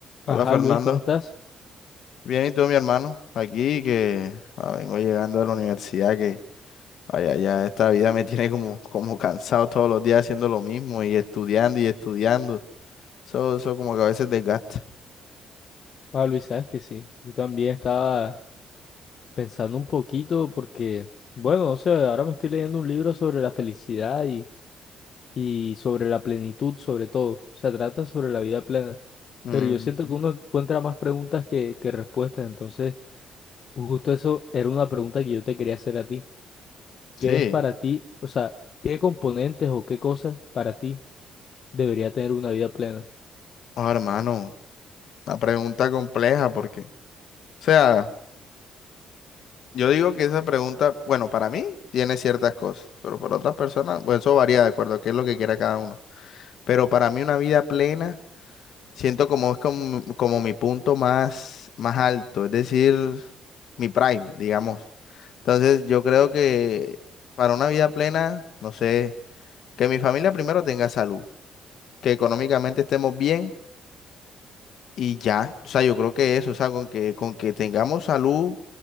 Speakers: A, on the left; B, on the left.
A: Hola
B: Ajá,
A: Fernando,
B: Luis, ¿cómo estás?
A: bien y tú mi hermano, aquí que ah, vengo llegando de la universidad que vaya, ya esta vida me tiene como, como cansado todos los días haciendo lo mismo y estudiando y estudiando, eso, eso como que a veces desgasta.
B: Ah, Luis, sabes que sí. Yo también estaba pensando un poquito porque, bueno, o sea, ahora me estoy leyendo un libro sobre la felicidad y, y sobre la plenitud, sobre todo. Se trata sobre la vida plena.
A: Mm,
B: Pero yo siento que uno encuentra más preguntas que, que respuestas. Entonces, justo eso era una pregunta que yo te quería hacer a ti.
A: sí,
B: ¿Qué es para ti? O sea, ¿qué componentes o qué cosas para ti debería tener una vida plena?
A: oh, hermano, una pregunta compleja porque, o sea, yo digo que esa pregunta, bueno, para mí tiene ciertas cosas, pero para otras personas, pues eso varía de acuerdo a qué es lo que quiera cada uno, pero para mí una vida plena Siento como es como, como mi punto más, más alto, es decir, mi prime, digamos. Entonces, yo creo que para una vida plena, no sé, que mi familia primero tenga salud, que económicamente estemos bien y ya. O sea, yo creo que eso, o sea, con que, con que tengamos salud,